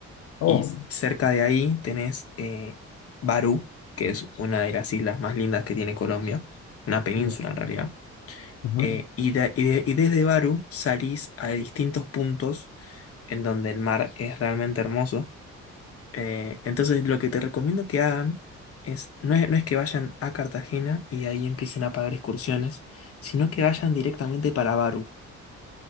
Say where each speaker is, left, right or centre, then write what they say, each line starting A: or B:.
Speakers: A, on the left; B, on the left.
A: Oh,
B: Y s- cerca de ahí tenés eh, Barú, que es una de las islas más lindas que tiene Colombia, una península
A: ya,
B: en realidad.
A: ajá.
B: Eh, y, de- y de- y desde Barú salís a distintos puntos en donde el mar es realmente hermoso. Eh, entonces lo que te recomiendo que hagan es no, es, no es que vayan a Cartagena y de ahí empiecen a pagar excursiones, sino que vayan directamente para Baru.